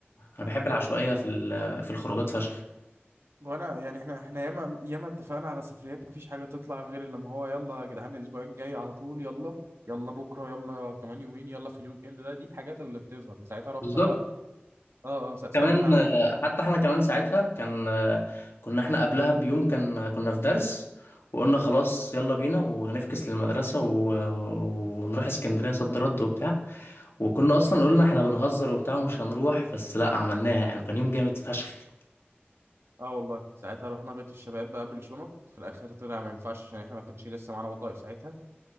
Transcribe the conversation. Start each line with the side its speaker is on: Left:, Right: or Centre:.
Left: انا بحب العشوائيه في ال- في الخروجات فشخ
Right: وانا يعني احنا احنا ياما ياما اتفقنا على سفريات مفيش حاجه تطلع غير لما هو يلا يا جدعان الاسبوع الجاي على طول يلا يلا بكره يلا كمان يومين يلا في الويك اند ده دي الحاجات اللي بتظهر ساعتها رحنا
Left: بالظبط
Right: بقى اه اه سا- ساعتها
Left: كمان آه، حتى احنا كمان ساعتها كان آه، كنا احنا قبلها بيوم كان كنا في درس وقلنا خلاص يلا بينا وهنفكس للمدرسه و- ونروح اسكندريه صد رد وبتاع وكنا اصلا قلنا احنا بنهزر وبتاع ومش هنروح بس لا عملناها يعني وكان يوم جامد فشخ
Right: اه والله ساعتها رحنا بيت الشباب بقى بالشنط في الاخر طلع ما ينفعش عشان احنا ما كانش لسه معانا بطايق ساعتها